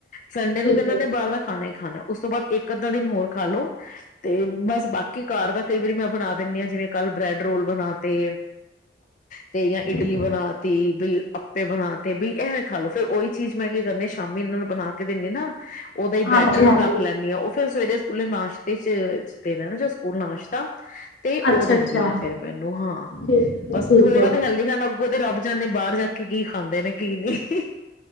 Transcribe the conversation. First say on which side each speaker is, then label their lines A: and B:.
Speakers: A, on the left; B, on the left.
A: ਸੰਡੇ
B: ਠੀਕ
A: ਨੂੰ ਤੇ ਇਹਨਾਂ
B: ਹੈ
A: ਨੇ ਬਾਹਰ ਦਾ ਖਾਣਾ ਹੀ ਖਾਣਾ ਉਸ ਤੋਂ ਬਾਅਦ ਇੱਕ ਅੱਧਾ ਦਿਨ ਹੋਰ ਖਾ ਲੋ ਤੇ ਬਸ ਬਾਕੀ ਕਾਰ ਦਾ ਕਈ ਵਾਰੀ ਮੈਂ ਬਣਾ ਦਿੰਦੀ ਹਾਂ ਜਿਵੇਂ ਕੱਲ ਬ੍ਰੈਡ ਰੋਲ ਬਣਾ ਤੇ ਤੇ ਜਾਂ ਇਡਲੀ
B: ਠੀਕ
A: ਬਣਾ
B: ਹੈ
A: ਤ ਬਈ ਆਪੇ ਬਣਾ ਤ ਤੇ ਵੀ ਐਵੇਂ ਖਾ ਲੋ ਫੇਿਰ ਉਹੀ ਚੀਜ਼ ਮੈਂ ਕਿਹਾ ਕਰਨੇ ਸ਼ਾਮੀ ਇਹਨਾਂ ਨੂੰ ਬਣਾ ਕੇ ਦਿੰਦੇ ਨਾ ਅੱਛਾ ਉਹਦਾ ਹੀ
B: ਹਾਂਜੀ-ਹਾਂਜੀ,
A: ਬੈਟਰ ਰੱਖ ਲੈਂਦੀ ਆ ਉਹ ਫੇਿਰ ਸਵੇਰੇ ਸਕੂਲੇ ਨਾਸ਼ਤੇ ਚ ਦੇਣਾ ਨਾ ਜੋ ਸਕੂਲ ਨਾਸ਼ਤਾ ਤੇ
B: ਅੱਛਾ-ਅੱਛਾ,
A: ਉਹ ਦਿੰਦੀ ਹਾਂ ਫੇਿਰ ਮੈਨੂੰ ਹਾਂ
B: ਠੀਕ
A: ਬਸ
B: ਐ, ਠੀਕ
A: ਥੋੜਾ
B: ਐ।
A: ਤਾਂ ਹੈਲਦੀ ਖਾ ਅੱਗੋਂ ਤੇ ਰੱਬ ਜਾਂਦੇ ਬਾਹਰ ਜਾ ਕੇ ਕੀ ਖਾਂਦੇ ਨੇ ਕੀ ਨਹੀਂੀ